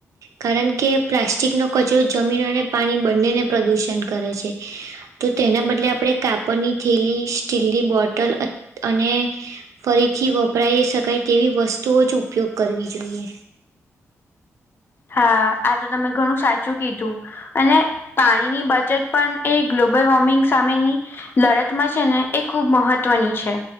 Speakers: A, on the right; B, on the left.
A: કારણ કે પ્લાસ્ટિકનો કચરો જમીન અને પાણી બંનેને પ્રદુષણ કરે છે. તો તેના બદલે આપણે કાપડની થેલી, સ્ટીલની બોટલ અ અને ફરીથી વપરાય શકાય તેવી વસ્તુઓ જ ઉપયોગ કરવી જોઈએ.
B: હા આ તો તમે ઘણું સાચું કીધું અને પાણીની બચત પણ એ ગ્લોબલ વોર્મિંગ સામેની લડતમાં છે, ને એ ખૂબ મહત્વની છે.